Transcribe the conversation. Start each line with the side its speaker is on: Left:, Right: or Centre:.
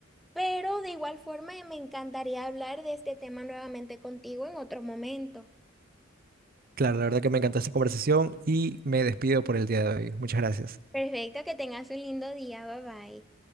Centre: Pero de igual forma, eh, me encantaría hablar de este tema nuevamente contigo en otro momento.
Right: Claro, la verdad que me encantó esta conversación y me despido por el día de hoy. Muchas gracias.
Centre: Perfecto, que tengas un lindo día. Bye bye.